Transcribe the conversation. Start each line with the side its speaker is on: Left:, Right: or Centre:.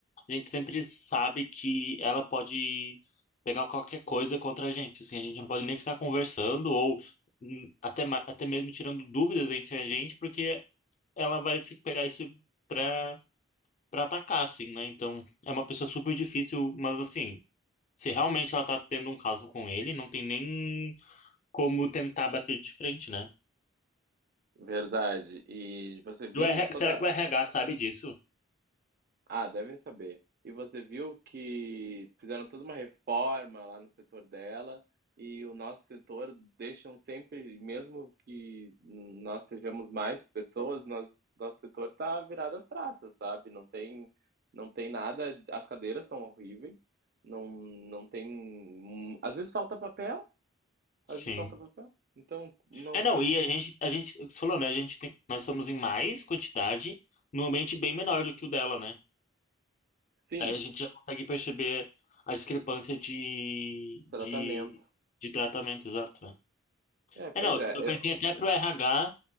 Left: a gente sempre sabe que ela pode pegar qualquer coisa contra a gente. Assim, a gente não pode nem ficar conversando ou hum, até, ma- até mesmo tirando dúvidas entre a gente, porque ela vai fi- pegar isso pra, pra atacar, assim, né? Então é uma pessoa super difícil, mas assim, se realmente ela tá tendo um caso com ele, não tem nem como tentar bater de frente, né?
Right: verdade. E você viu
Left: Do RH
Right: toda
Left: será que o RH sabe disso?
Right: Ah, devem saber. E você viu que fizeram toda uma reforma lá no setor dela e o nosso setor deixam sempre, mesmo que nós sejamos mais pessoas, nós, nosso setor tá virado às traças, sabe? Não tem, não tem nada, as cadeiras estão horríveis, não, não tem, às vezes falta papel,
Left: Sim.
Right: às vezes falta papel. Então, não,
Left: É, não, e a gente, a gente, você falou, né? A gente tem, nós somos em mais quantidade, num ambiente bem menor do que o dela, né?
Right: sim,
Left: Daí a gente já consegue perceber a discrepância de,
Right: tratamento.
Left: de, de tratamento, exato. né?
Right: É, pois
Left: É, não, eu
Right: é,
Left: pensei
Right: eu-
Left: até pro RH,